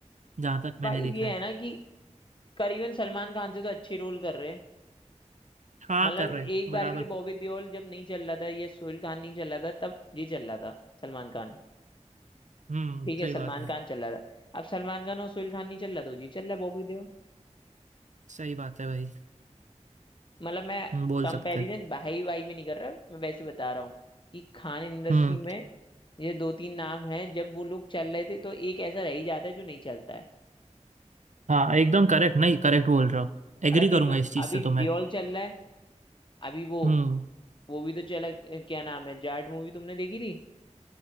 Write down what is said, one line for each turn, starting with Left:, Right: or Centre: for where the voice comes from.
Right: जहां तक मैंने
Left: भाई
Right: देखा
Left: ये
Right: है
Left: है ना कि करीबन सलमान खान से तो अच्छे रोल कर रहे हैं
Right: हाँ
Left: मतलब
Right: कर
Left: एक
Right: रहे हैं, बराबर
Left: बार के लिए
Right: को
Left: बॉबी देओल जब नहीं चल रहा था ये सोहेल खान नहीं चल रहा था तब ये चल रहा था सलमान खान
Right: हम्म
Left: ठीक है
Right: सही
Left: सलमान
Right: बात है
Left: खान चल रहा था अब सलमान खान और सोहेल खान नहीं चल रहा तो जी चल रहा है बॉबी देओल
Right: सही बात है भाई
Left: मतलब मैं
Right: हम्म, बोल
Left: कंपैरिजन
Right: सकते हैं
Left: भाई भाई में नहीं कर रहा मैं वैसे बता रहा हूँ कि खान इंडस्ट्री
Right: हम्म
Left: में ये दो तीन नाम हैं जब वो लोग चल रहे थे तो एक ऐसा रह ही जाता है जो नहीं चलता है
Right: हाँ एकदम करेक्ट नहीं करेक्ट बोल रहा हूँ एग्री
Left: मतलब
Right: करूंगा
Left: इस
Right: इस चीज
Left: अभी
Right: से तो मैं
Left: दियोल चल रहा है अभी वो
Right: हम्म
Left: वो भी तो चला अ, क्या नाम है जाट मूवी तुमने देखी थी